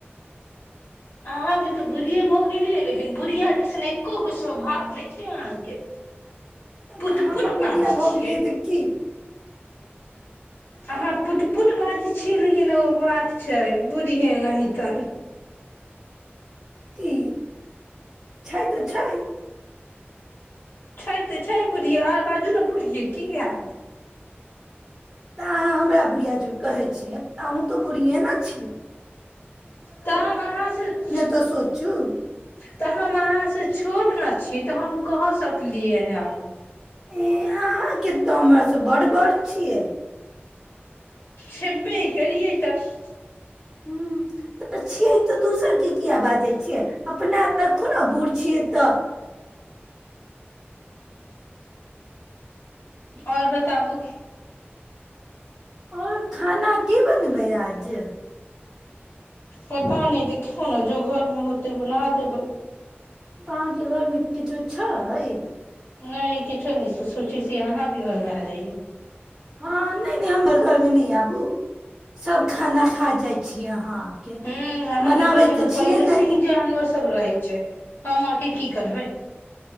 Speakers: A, on the left; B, in the centre.
A: अहाँ तऽ बुढ़िए भऽ गेलियै लेकिन बुढ़िआ जैसन एक्को गो स्वभाव नहि छै अहाँके पुट
B: त हम
A: पुट बाजै
B: बुढ़िया भऽ
A: छियै
B: गेलियै तऽ की
A: अहाँ पुट पुट बाजै छियै लेकिन ओ बात छै बुढ़े नहितन।
B: कि छै तऽ छै
A: छै तऽ छै बुढ़िया आर बाजू ने बुढ़िये की हाल
B: तऽ अहाँ हमरा बुढ़िया जी कहै छियै। अन्हु त बुढ़िये न छी
A: तऽ हम अहाँ स
B: तऽ सोचू
A: तऽ हम अहाँ से छोट ने छी क तऽ हम कहि सकलियै हे।
B: ई अहाँके तऽ हमरास बड्ड बड़ छियै।
A: छेबे करियए तऽ
B: ह्म तऽ छियै तऽ दोसरके किएिया बाजै छियै अपना रखु ने बूढ़ छियै तऽ।
A: आओर बताबू।
B: आओर। खाना की बनबै आज।
A: पता नहि देखियौ ने जो घरमे होतै बना देबै।
B: तऽ अहाँके घरमे किछो छैय
A: नहि किछो नहि छै सोचै छी अहाँके घरमे आ जईयै
B: हँ नहि नहि हमर। घरमे नहि आबू सब खाना खा जाइ छी अहाँ। आके
A: हूँ अहाँके
B: बनाबै
A: घर में तऽ
B: छियै
A: पहिले
B: ने
A: से ही जान - रहै छै हम अके की करबै।